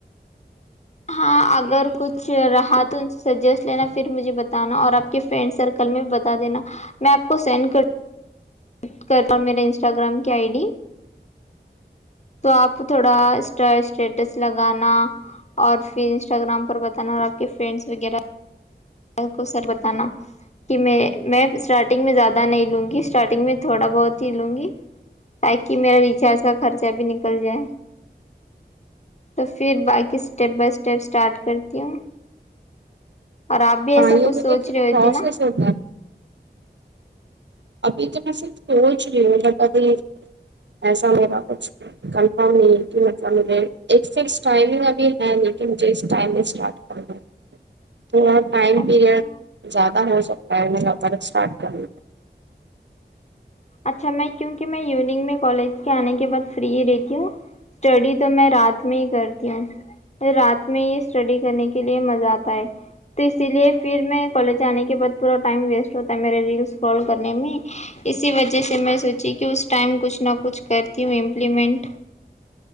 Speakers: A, on the left; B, on the right.
A: ہاں اگر کچھ رہا تو ان سے سجیسٹ لینا پھر مجھے بتانا اور آپ کے فرینڈ سرکل میں بتا دینا میں آپ کو سینڈ کر ٹ کر میرے انسٹاگرام کی آئی ڈی تو آپ تھوڑا اسٹ اسٹیٹس لگانا اور پھر انسٹاگر کو سر بتانا کہ میں اسٹارٹنگ میں زیادہ نہیں لوں گی اسٹارٹنگ میں تھوڑا بہت ہی لوں گی تاکہ میرا ریچارج کا خرچہ بھی نکل جائے تو پھر باقی اسٹیپ بائی اسٹپ اسٹارٹ کرتی ہوں اور آپ بھی ایسا
B: ہاں یہ
A: کچھ سوچ
B: دیکھیے
A: رہے
B: پروسیس
A: ہو تھے نا
B: ہوتا ہے ابھی تو میں صرف سوچ رہی ہوں بٹ ابھی ایسا میرا کچھ کنفرم نہیں کہ مطلب مجھے ایک فس ٹائمنگ ابھی ہے لیکن مجھے اس ٹائم میں اسٹارٹ کر د تھوڑا ٹائم
A: اچھا
B: پیریڈ زیادہ ہو سکتا ا نے وپارٹارٹ کرنا
A: اچھا میں کیوںک میں ایوننگ میں کالج کے آنے کے بعد فری ہی رہتی ہوں اسٹڈی تو میں رات میں ہی کرتی ہوں رات میں ہی اسٹڈی کرنے کے لیے مزہ آتا ہے تو اسی لیے پھر میں کالج آنے کے بعد پورا ٹائم ویسٹ ہوتا ہے میرے ریلس کال کرنے میں وجہ سے میں سوچی کہ اس ٹائم کچھ نہ کچھ کرتی ہوں امپلیمنٹ